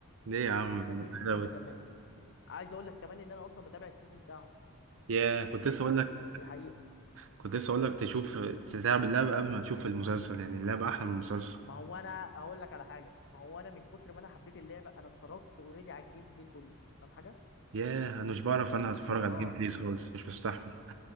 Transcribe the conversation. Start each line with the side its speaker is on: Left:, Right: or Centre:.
Right: ليه يا عم
Left: بس كان
Right: ده
Left: نفسي
Right: حلوة
Left: بجد
Right: أوي.
Left: اكمله عايز اقول لك كمان ان انا اصلا بتابع السيزون بتاعهم
Right: يا كنت لسه اقول لك
Left: السيزون في الحقيقه
Right: كنت لسه اقول لك تشوف تلعب اللعبة قبل ما تشوف المسلسل يعني اللعبة احلى من المسلسل
Left: ما هو انا اقول لك على حاجه ما هو انا من كتر ما انا حبيت اللعبه انا اتفرجت اوريدي على الجيم بلاي كله فاهم حاجه
Right: ياه انا مش بعرف انا اتفرج
Left: اه
Right: على الجيم بليز خالص مش بستحمل